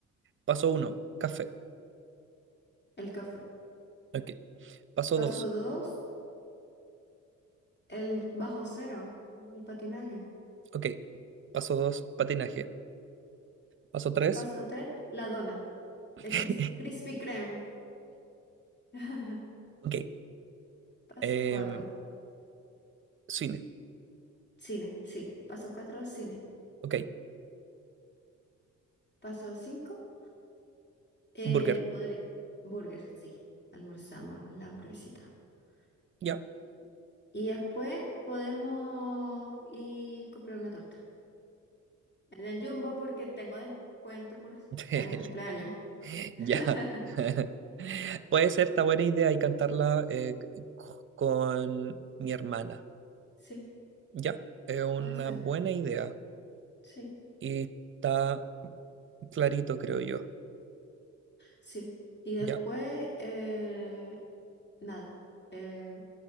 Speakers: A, on the right; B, on the left.
A: paso uno, café,
B: el café.
A: ok, paso
B: Paso
A: dos,
B: 2 el bajo cero, el patinaje.
A: ok, paso dos, patinaje, paso tres,
B: Paso 3 la dona,
A: <laughs>
B: el cris- Krispy Kreme. <laughs>
A: ok,
B: Paso
A: em,
B: 4
A: cine,
B: cine, sí. Paso 4 cine.
A: ok,
B: Paso 5 eh,
A: burger,
B: podri- burger, sí. Almorzamos la hamburguesita. <clears throat>
A: ya,
B: Y después podemos ir comprar una torta. En el Jumbo porque tengo descuento por estar
A: <laughs> Tele,
B: de cumpleaños. <laughs>
A: ya, <laughs> puede ser, esta buena idea y cantarla eh, c- con mi hermana.
B: Sí,
A: Ya, es una
B: puede ser.
A: buena idea
B: Sí.
A: y está clarito, creo yo.
B: Sí. Y después,
A: Ya,
B: eh, nada, eh,